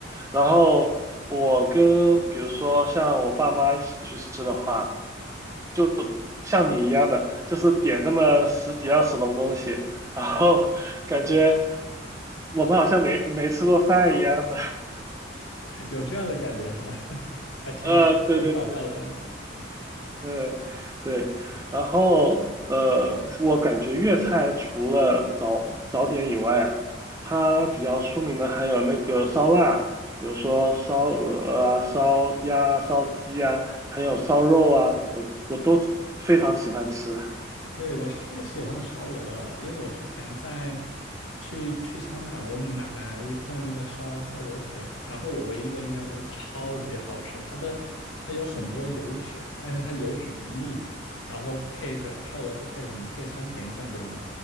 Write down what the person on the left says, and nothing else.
有这样的感觉是吧？<laughs> 还挺还挺挺搞笑的，
对，我超喜欢烧鹅，因为我之前在去去香港，我买买了一份那个烧烧鹅腿，然后我唯一的印象就是超级好吃，它的它有很多油脂，但是它油脂不腻，然后配着烧鹅是配什么？配酸甜酱，对吗？